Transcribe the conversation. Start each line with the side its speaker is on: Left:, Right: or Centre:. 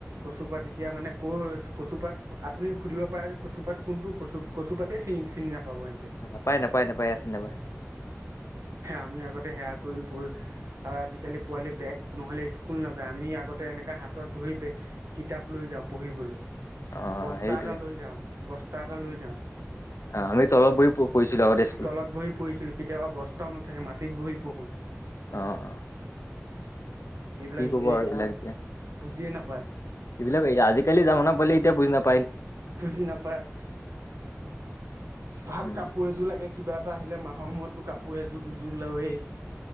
Right: কচুপাত এতিয়া মানে ক' কচুপাত আপুনি সুধিব পাৰে কচুপাত কোনটো কচু কচুপাতে চিনি চিনি নাপায় পাব হিহঁতে
Left: নাপায় নাপায় নাপায় আছে নাপায়
Right: আমি আগতে সেয়া কৰি প আৰু আজিকালি পোৱালি বেগ নহলে স্কুল নাযায় আমি আগতে এনেকা হাতত ধৰি কিতাপ লৈ যাওঁ পঢ়িবলৈ
Left: অ
Right: বস্তা
Left: সেইটোৱে
Right: এটা লৈ যাওঁ বস্তা এটা লৈ যাওঁ
Left: অ আমি তলত বহি পঢ়িছিলো আগতে স্কুল
Right: তলত বহি পঢ়িছিলো কেতিয়াবা বস্তাও নাথাকে মাটিত বহি পঢ়ো
Left: অ অ
Right: সেইবিলাক
Left: কি
Right: সিহঁতে
Left: কব আৰু এইবিলাক এতিয়া
Right: বুজিয়ে নাপায়
Left: এইবিলাক আজিকালি জামানা পোৱালী এতিয়া বুজি নাপ
Right: বুজি নাপায় ভাল
Left: উম
Right: কাপোৰ এযোৰ লাগে কিবা এটা আহিলে মা সময়তো কাপোৰ এযোৰ দুযোৰ লৱেই